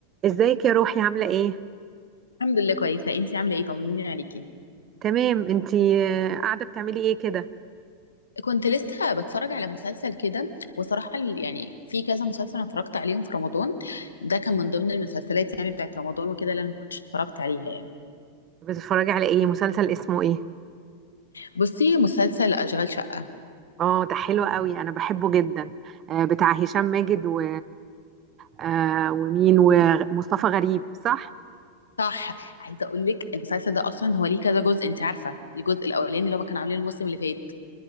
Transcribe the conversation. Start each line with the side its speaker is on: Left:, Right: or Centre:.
Right: ازيك يا روحي عاملة ايه؟
Left: الحمد لله كويسة انتي عاملة ايه طمنيني عليكي
Right: تمام انتي آه، قاعدة بتعملي ايه كده؟
Left: كنت لسه بتفرج على مسلسل كده وصراحة ال- يعني في كذا مسلسل انا اتفرجت عليهم في رمضان ده كان من ضمن المسلسلات يعني بتاعت رمضان وكده اللي انا ما كنتش اتفرجت عليها يعني
Right: بتتفرجي على ايه؟ مسلسل اسمه ايه؟
Left: بصي مسلسل اشغال شقة
Right: اه ده حلو قوي انا بحبه جدا آه، بتاع هشام ماجد و... آه، ومين ومصطفى غريب صح؟
Left: صح عايزة اقول لك المسلسل ده اصلا هو ليه كذا جزء انت عارفة الجزء الاولاني اللي هما كانوا عاملينه الموسم اللي فات